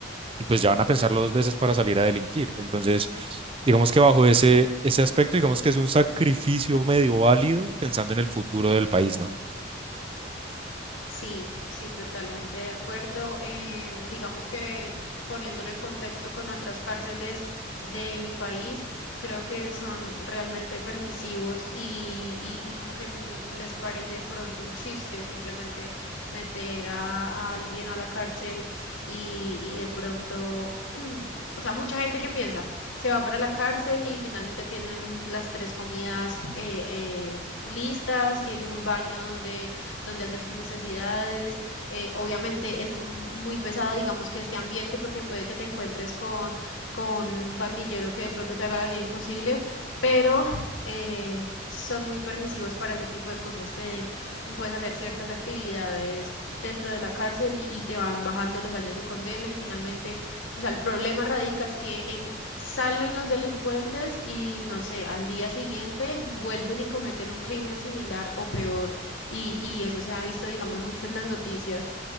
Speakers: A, on the right (about 30°); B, on the left (about 85°).
A: y pues ya van a pensarlo dos veces para salir a delinquir. Entonces, digamos que bajo ese, ese aspecto, digamos que es un sacrificio medio válido pensando en el futuro del país, ¿no?
B: Sí, sí, totalmente de acuerdo. Eh, digamos que poniéndolo en contexto con otras cárceles de mi país, creo que son realmente permisivos y, y- y como que n- les parece de pronto un chiste simplemente meter a, a alguien a la cárcel y, y de pronto... <clears throat> O sea, mucha gente que piensa, se va para la cárcel y finalmente tienen las tres comidas eh, eh, listas, tienen un baño donde donde hacer sus necesidades. Eh, obviamente es un- muy pesado, digamos, que este ambiente, porque puede que te encuentres con, con un pandillero que de pronto te haga la vida imposible, pero eh, son muy permisivos para ese tipo de cosas. te- puedes hacer ciertas actividades dentro de la cárcel y, y te van bajando los años de condena y finalmente, o sea, el problema radica es que en- salen los delincuentes y no sé, al día siguiente vuelven y cometen un crimen similar o peor. Y, y eso se ha visto, digamos, mucho en las noticias,